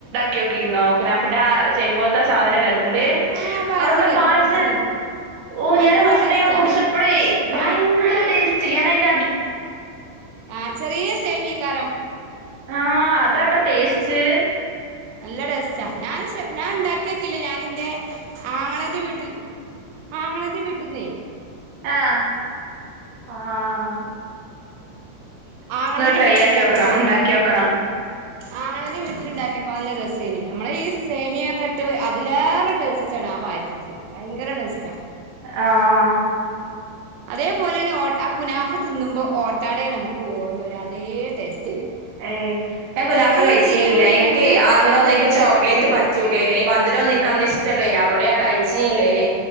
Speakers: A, on the right (about 65°); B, on the right (about 80°).
A: ക്യോക്കീക്ണോ. കുനാഫന്റെ ആ സേമി പോലത്തെ സാധനല്ലെ അതിമ്മല്.
B: ആഹ് പായസം
A: അതുകൊണ്ട്
B: ഉണ്ടാക്കിട്ട്
A: പായസ
B: കുടിച്ചിന്
A: ഓ
B: നല്ല
A: ഞാനഹ് ഫസ്റ്റ്
B: ടേസ്റ്റാ
A: ടൈം കുടിച്ചപ്പളേ ഭയങ്കര ടേസ്റ്റ്. ഞാൻ അതിന്റെ അടി
B: ആ ചെറിയ സേമിയെക്കാരം
A: ആഹ് അതാട്ടോ ടേസ്റ്റ്
B: നല്ല ടെസ്റ്റാ ഞാൻ ഞാൻ ഉണ്ടാക്കിയക്കി ഞാൻ ഇന്റെ ആങ്ങളന്റെ വീട്ടിൽ ആങ്ങളന്റെ വീട്ട്ന്നെ
A: ആഹ് ആഹ് ഹ്
B: ആങ്ങളന്റെ
A: ട്രൈ
B: വീട്ടിൽ
A: ആക്കി
B: ഉണ്ടാക്കിയപ്പാ
A: നോക്കണം ഉണ്ടാക്കി നോക്കണം
B: ആങ്ങളന്റെ വീട്ടിലുണ്ടാക്കിയ അപ്പ നല്ല രസേനി നമ്മള ഈ സേമിയൊക്കെ ഇട്ട് അതിലേറെ ടേസ്റ്റ് ആണ് ആ പായസത്തിന് ഭയങ്കര ടേസ്റ്റ
A: ആഹ് ആഹ്
B: അതേപോലെ ന്നെ ഓ ആ കുനാഫ് തിന്നുമ്പോ ഓട്ടാട നമുക്ക് ഓർമ്മ വര അതേ ടേസ്റ്റ്
A: ഏഹ് ഞാൻ കുനാഫ കഴിച്ചില്ല
B: ഇതില് നമ്മള്
A: എനിക്ക്
B: എണ്ണൊന്നും പാരാതെല്ലേ
A: അന്നൊന്ന എനിക്ക്
B: ഇണ്ടാക്കിയെടുക്കണത്
A: ചോക്ലേറ്റ് പറ്റൂലല്ല ഈ മധുരം രന്നും ഇന്ക് അന്ന് ഇഷ്ടല്ലേനി അതോണ്ട ഞാൻ കഴിച്ചില്ലേനെ